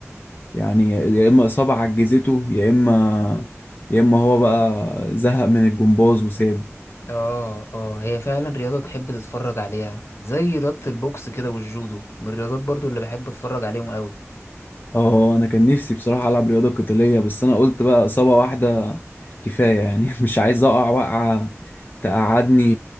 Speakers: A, on the left; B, on the left.
A: يعني يا اما اصابه عجزته يا اما يا اما هو بقى زهق من الجمباز وساب
B: اه اه هي فعلا رياضة تحب تتفرج عليها زي رياضة البوكس كده والجودو من الرياضات برضو اللي بحب اتفرج عليهم قوي
A: اه انا كان نفسي بصراحه العب رياضه قتاليه بس انا قلت بقى اصابه واحده كفايه يعني <laughs> مش عايز اقع وقعه تقعدني